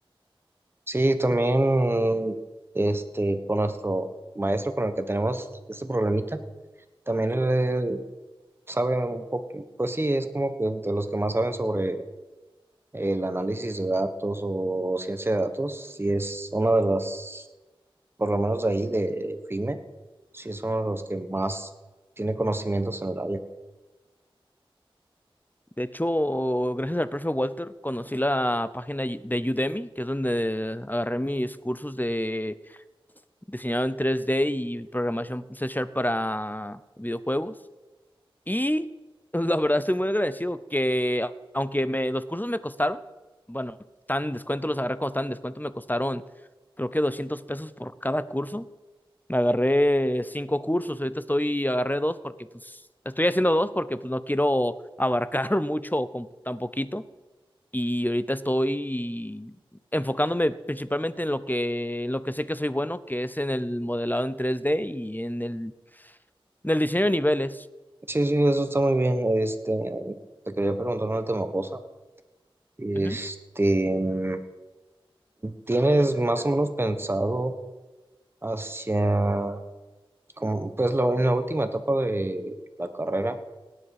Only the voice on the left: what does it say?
De hecho, gracias al profe Walter, conocí la página de Udemy, que es donde agarré mis cursos de diseñado en 3D y programación C Sharp para videojuegos. Y <laughs> la verdad estoy muy agradecido que, a- aunque me, los cursos me costaron, bueno, tan en descuento, los agarré cuando estaban en descuento, me costaron creo que 200 pesos por cada curso. Me agarré cinco cursos, ahorita estoy, agarré dos porque pues estoy haciendo dos porque pues no quiero abarcar <laughs> mucho con tan poquito y ahorita estoy enfocándome principalmente en lo que, en lo que sé que soy bueno, que es en el modelado en tres d y en el, en el diseño de niveles.
Ujú.